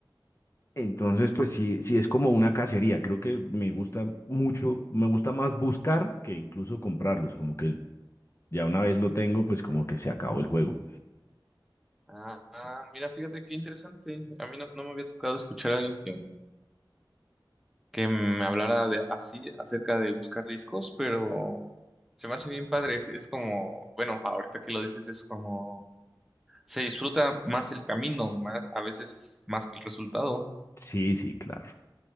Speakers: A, on the left (about 35°); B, in the centre.
A: Entonces, pues sí, sí es como una cacería. Creo que me gusta mucho, me gusta más buscar que incluso comprarlos. Como que ya una vez lo tengo, pues como que se acabó el juego.
B: Ah, ah, mira, fíjate qué interesante. A mí no, no me había tocado escuchar a alguien que, que me hablara de, así acerca de buscar discos, pero se me hace bien padre. Es como, bueno, ahorita que lo dices es como, se disfruta más el camino, más, a veces es más que el resultado.
A: Sí, sí, claro.